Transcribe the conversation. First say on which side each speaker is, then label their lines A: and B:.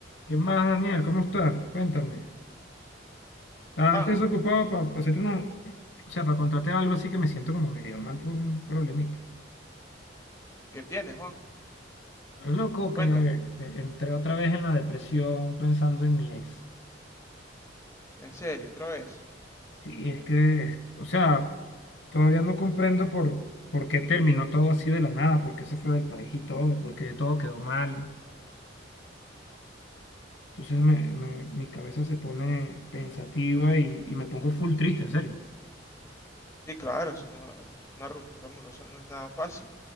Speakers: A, on the left; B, on the left.
A: ¿Qué más, Daniel? ¿Cómo estás? Cuéntame. ¿Estás
B: Juan,
A: desocupado para hacerte una... O sea, para contarte algo así que me siento como medio mal por un problemita.
B: ¿qué tienes, Juan?
A: Loco, que
B: Cuéntame,
A: eh, entré otra vez en la depresión pensando en mi ex.
B: en serio, otra vez.
A: Sí, es que, o sea, todavía no comprendo por, por qué terminó todo así de la nada, por qué se fue del país y todo, por qué todo quedó mal. Entonces me- me- mi cabeza se pone pensativa y, y me pongo full triste, en serio.
B: Sí, claro, es una, una ruptura amorosa no es nada fácil.